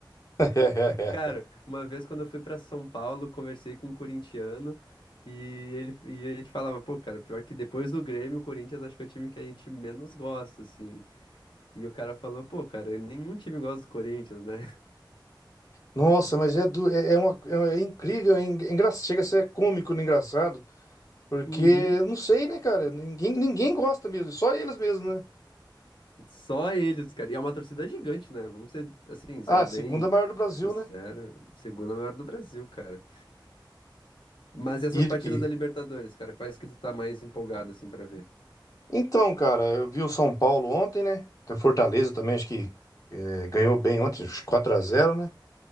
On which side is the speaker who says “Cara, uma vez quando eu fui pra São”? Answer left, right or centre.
Left